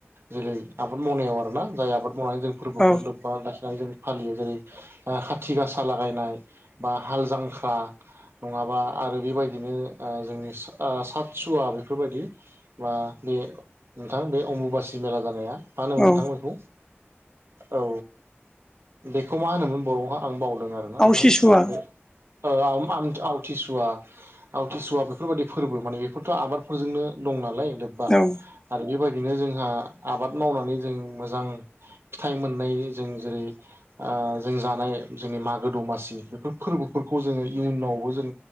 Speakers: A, on the right; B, on the left.
A: जेरै आबाद मावनायाव आरो ना जाय आबाद मावनानै जों फोरबोफोर
B: औ
A: लोब बा लाखिनानै जों फालियो जेरै खाथि गासा लागायनाय बा हाल जांख्रा नङाबा आरो बेबायदिनो ओ जोंनि सतसुवा ओ बेफोरबायदि बा बे नोंथां बे अमबुबासि मेला जानाया मा होनोमोन
B: औ
A: नोंथां बेखौ। औ बेखौ मा होनोमोन बराव आं बावदों आरो नोंथां
B: आवसिसुवा
A: बे आव आवथिसुवा आवथिसुवा बेफोरबायाददि फोरबो माने बेफोरथ' आबादफोरजोंनो दं नालाय लोब्बा
B: औ
A: आरो बेबायदिनो जोंहा आबाद मावनानै जों मोजां फिथाइ मोननाय जों जेरै ओ जों जानाय जोंनि मागो दमासि बेफोर फोरबोफोरखौ जोङो इयुनावबो जों